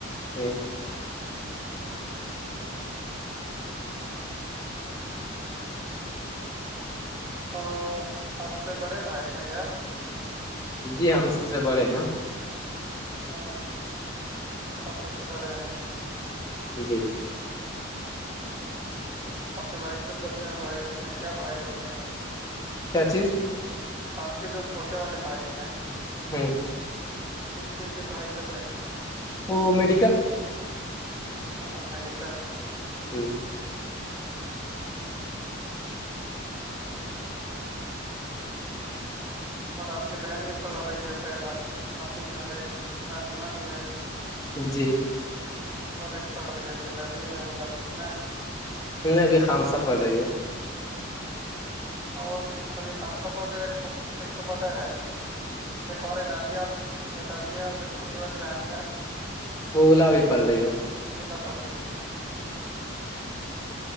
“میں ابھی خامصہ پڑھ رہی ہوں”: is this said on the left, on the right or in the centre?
Left